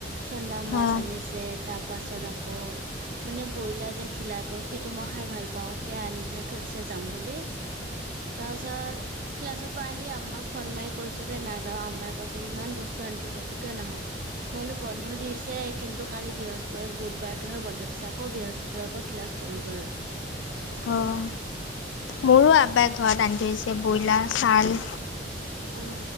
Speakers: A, on the right; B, on the left.
A: চন্ন্দা মাছ
B: অঁ
A: আ-নিছে তাৰ পাছত আকৌ মানে বইলা যে ঘিলাটো সেইটো মই খাই ভাল পাওঁ সেইয়া আনি কিনে থৈছে যাম বুলি। তাপাছত কিলাচৰ পা আহি আম্ম ফন মাই- কৈছো যে নাযাওঁ আমাই কৈছে ইমান বস্তু আনি থৈ দিছো কিয় নাহ? মই কলোঁ বন্ধ দিছে কিন্তু কালি বৃহস্পতি বুধবাৰতটোহে বন্ধ দিছে আকৌ বৃহস্পতিবাৰ পৰা ক্লাছ- কৰিব।
B: অঁ মোৰো আবাই ঘৰত আনি থৈছে ব্ৰইলাৰ ছাল।
A: অ